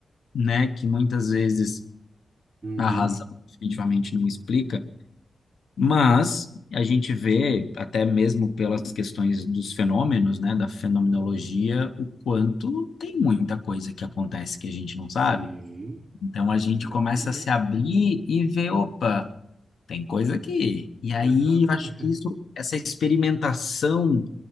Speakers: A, on the left; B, on the right.
A: né, que muitas vezes
B: Uhum.
A: a razão definitivamente não explica Mas a gente vê, até mesmo pelas questões dos fenômenos, né, da fenomenologia, o quanto tem muita coisa que acontece que a gente não
B: Sim,
A: sabe. Então a gente
B: exatamente.
A: começa a se abrir e ver, opa. Tem coisa que. E aí,
B: Exatamente.
A: eu acho que isso, essa experimentação